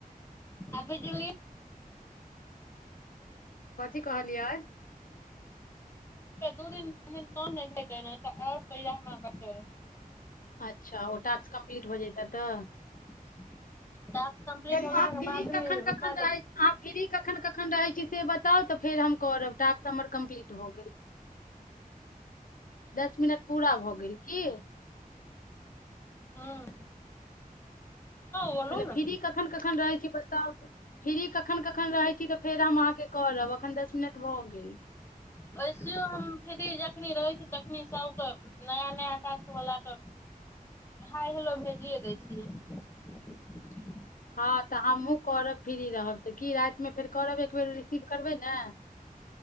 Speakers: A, on the left; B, on the left.
A: आबे जइ
B: कथी कहलियै
A: दू दिन तीन दिन कम नहि आओरपैआा ब
B: अच्छा ओ टास्क कम्प्लीट भऽ जैतय तऽ
A: <unintelligible> कम्प्लीट
B: चलू
A: होलाके
B: फ्री
A: बाद
B: कखन
A: भी
B: कखन
A: शायद
B: छी अहाँ फ्री कखन कखन रहै छी से बताउ तऽ फेर हम करब टास्क हमर कम्प्लीट भऽ गेल दस मिनट पूरा भऽ गेल की
A: हँ बोलू
B: कहलै
A: ने
B: फ्री कखन कखन रहैय छी तब फ्री कखन कखन रहै छी तऽ फेर हम अहाँके करब एखन दस मिनट भऽ गेल
A: वैसो हम फिरी जखनी रहै छी तखनि सभके नया नया टैक्सवलाके हाई हेलो भेजिए दै छियै
B: हँ तऽ हमहूँ करब फ्री रहब तऽ की रातिमे फेर करब एक बेेर रिसीव करबै ने